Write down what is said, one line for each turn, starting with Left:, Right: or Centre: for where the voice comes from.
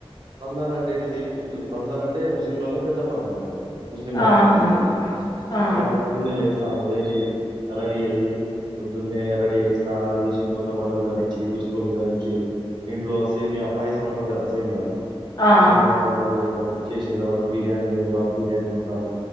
Right: రంజాన్ అంటే ఏంటిది కొద్ రంజాన్ అంటే ముస్లింలలా పెద్ద పండగన్నట్లిది ముస్లిం మతలకు
Left: ఆహా
Right: సంబంధించి
Left: ఆ
Right: అక్కడ పొద్దున్నే లేస్తాము లేచి రెడీ అయ్యి పొద్దున్నే రెడీ అయ్యి స్నానాలు చేసి కొత్త బట్ట టలు ధరించి దుస్తులు ధరించి ఇంట్లో సేమియా పాయసమంటారు కదా సేమయా
Left: ఆ ఆ
Right: సేమియా పాయసాలు చేస్తారు చేసిన తర్వాత బిర్యానీ వండేవాళ్ళు బిర్యానీ వంటారు